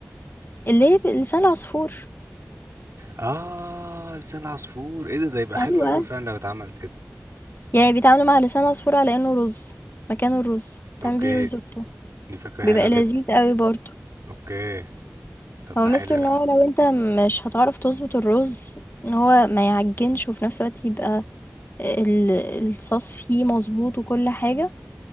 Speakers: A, on the left; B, on the right.
A: اللي هي ب- لسان العصفور
B: اه لسان عصفور ايه ده ده يبقى حلو
A: ايوه
B: قوي فعلا لو اتعمل كده
A: يعني بيتعاملوا مع لسان العصفور على انه رز مكانه الرز
B: اوكي
A: تعمل بيه ريزوتو
B: دي فكرة حلوة
A: بيبقى
B: جدا
A: لذيذ قوي برضه
B: اوكي طب
A: هو
B: ده
A: ميزته
B: حلو يعني.
A: ان هو لو انت مش هتعرف تظبط الرز ان هو ما يعجنش وفي نفس الوقت يبقى ال... الصوص فيه مظبوط وكل حاجة